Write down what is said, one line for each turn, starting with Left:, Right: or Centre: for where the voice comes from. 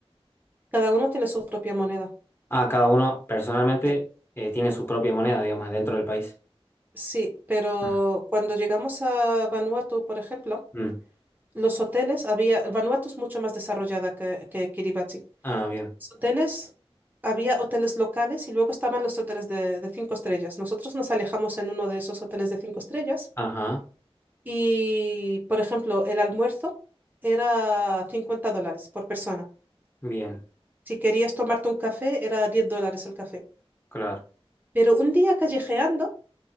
Right: Cada uno tiene su propia moneda.
Left: Ah, cada uno personalmente
Right: Sí,
Left: eh, tiene su propia moneda, digamos, dentro del país.
Right: Sí, pero
Left: Mm.
Right: cuando llegamos a Vanuatu, por ejemplo,
Left: Mm.
Right: los hoteles había, Vanuatu es mucho más desarrollada que, que Kiribati.
Left: Ah, bien.
Right: Los hoteles, había hoteles locales y luego estaban los hoteles de, de cinco estrellas. Nosotros nos alejamos en uno de esos hoteles de cinco estrellas
Left: Ajá,
Right: Y, por ejemplo, el almuerzo era 50 dólares por persona.
Left: bien.
Right: Si querías tomarte un café, era 10 dólares el café.
Left: Claro,
Right: Pero un día callejeando,